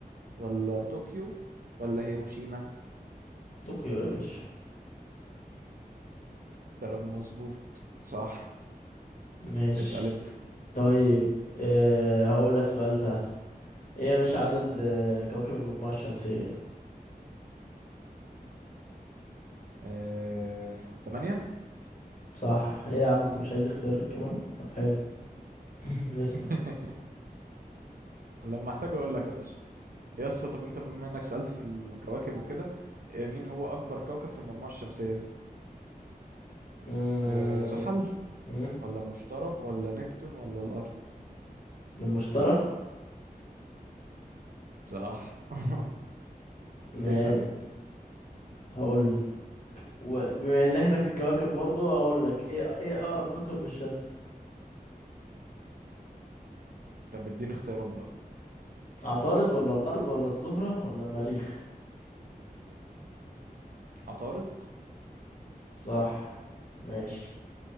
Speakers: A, on the right; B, on the left.
A: ولا طوكيو ولا هيروشيما
B: طوكيو يا باشا
A: كلام مظبوط صح
B: ماشي
A: اسأل أنت
B: طيب آه... هقول لك سؤال سهل ايه يا باشا عدد آه، كواكب المجموعه الشمسيه
A: اه... تمانية
B: صح ايه يا عم انت مش عايز اختيارك كمان طب حلو <laughs> نسأل
A: <laughs> لما احتاج اقول لك يا باشا يس طب انت بما انك سألت في الكواكب وكده آه، مين هو اكبر كوكب في المجموعة الشمسية
B: أمم،
A: آه، زحل
B: أمم،
A: ولا مشتري ولا نبتون ولا الارض
B: المشتري
A: صح <laughs>
B: ما
A: اسأل انت
B: هقول لك وبما ان احنا في الكواكب برضو هقول لك ايه ايه اقرب كوكب للشمس
A: طب اديني اختيارات بقى
B: عطارد ولا الارض ولا الزهرة ولا المريخ
A: عطارد
B: صح ماشي